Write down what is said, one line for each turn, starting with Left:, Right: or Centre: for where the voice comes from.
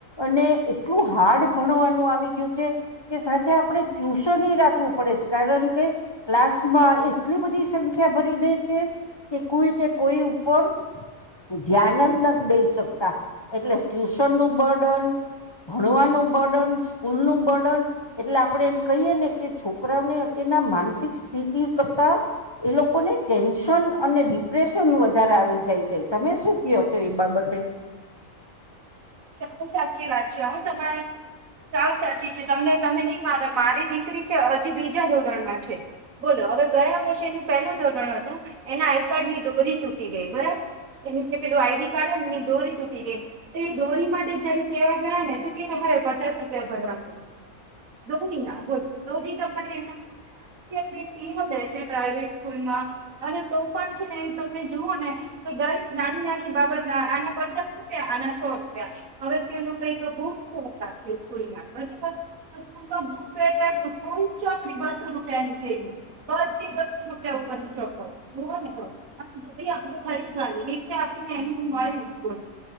Left: અને એટલું હાર્ડ ભણવાનું આવી ગયું કે સાથે આપણે ટ્યુશન ન રાખવું પડે છે કારણ કે ક્લાસમાં એટલી બધી સંખ્યા ભરી દઈ કે કોઈને કોઈ ઉપર ધ્યાન જ નથી દઈ શકતા એટલે ટ્યુશન નું બર્ડન ભણવાનું બર્ડન સ્કૂલ નું બર્ડન એટલે આપડે એમ કહીએ ને કે છોકરાઓને અત્યના માનસિક સ્થિતિ કરતા એ લોકોને ટેન્શન અને ડિપ્રેશન વધારે આવી જાય છે તમે શું કયો છો એ બાબતે
Right: સાવ સાચી વાત છે હ તમારી સાવ સાચી છે તમને તમે નહી માર મારી દીકરી છે હજી બીજા ધોરણમાં છે બોલો હવે ગયા વર્ષે એનું પેલું ધોરણ હતું એના આઈ કાર્ડ ની દોરી તૂટી ગઈ બરાબર એનું જે પેલું આઈડી કાર્ડ એની દોરી તૂટી ગઈ એ દોરી માટે જયારે કવા ગયા ને તો કે તમારે પચાસ રૂપિયા ભરવા પડશ દોરી ના દોરી તમારે એમનાટલી ફી દે છે પ્રાઈવેટ સ્કૂલમાં અને તો પણ છે ને તમે જુઓ ને તો દરેક નાની નાની બાબત ના આને પચાસ રૂપિયા આના ો રૂપિયા હવે પ કઈક બુક ફેર રાખે સ્કૂલ ના બરાબર તો સ્કૂલ ન બુક ફેર રાખે કોઈ ચોપડી બસો રૂપિયા છેહી બધી બસો રૂપિયા ઉપરની ચોપડ બ ને તો બધી આપ ફરી જાય એલે આપને એ મળી બોલ